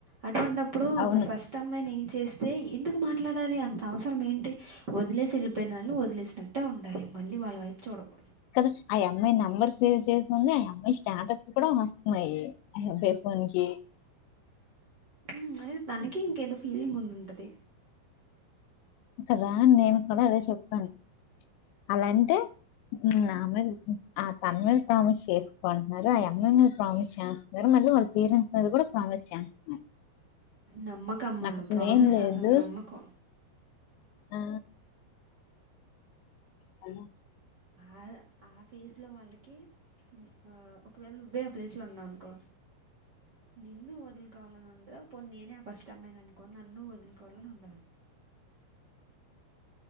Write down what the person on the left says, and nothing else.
అవును
కదా ఆ అమ్మాయి నెంబర్ సేవ్ చేసింది ఆ అమ్మాయి స్టాటస్ కూడా వస్తున్నాయి ఆ అబ్బాయి ఫోన్ కి
కదా నేను కూడా అదే చెప్పాను అలాంటే నా మీద ఆ తన మీద ప్రామిస్ చేసుకుంటున్నారు ఆ అమ్మాయి మీద ప్రామిస్ చేస్తున్నారు మళ్ళీ వాళ్ళ పేరెంట్స్ మీద కూడా ప్రామిస్ చేస్తున్నారు
నాకు అసలు
ఏం లేదు
ఆ హలో